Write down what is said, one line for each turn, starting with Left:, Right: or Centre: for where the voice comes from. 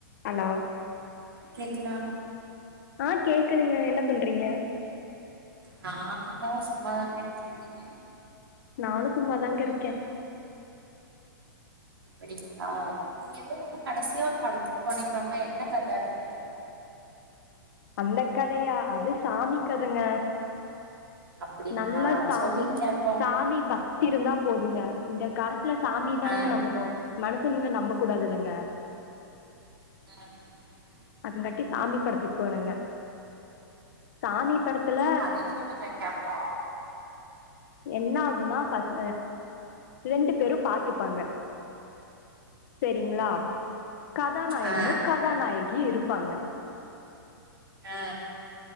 Left: ஹலோ
Right: கேக்குதா
Left: ஆ கேக்குதுங்க என்ன பண்றீங்க
Right: நா தா சும்மாதாங்க இருக்கேன் நீங்க
Left: நானு சும்மாதாங்க இருக்கேன்
Right: அப்படிங்ளா நீங்க எதோ கடைசியா ஒரு படத்துக்கு போனீங்களாமே என்ன கத அது
Left: அந்தக் கதையா அது சாமி கதங்க
Right: அப்படிங்களா
Left: நல்ல சாமி
Right: சொல்லுங்க கேப்போ
Left: சாமி பக்தி தி இருந்தா போதுங்க இந்த காலத்துல சாமி தானுங்க
Right: ஆ
Left: நம்பணு மனசனுங்க நம்பக் கூடாதுல்லங்க ட
Right: <inaudible>
Left: அதுங்காட்டி சாமி படத்துக் போனங்க சாமி படத்துல
Right: சரி கதைய சொல்லுங்க கேப்போ
Left: என்ன ஆகுன்னா பஸ் ரெண்டு பேரும் பாத்துப்பாங்க செரிங்ளா கதாநாயகனு
Right: ஆ
Left: கதாநாயகி இருப் ப்பாங்க
Right: அ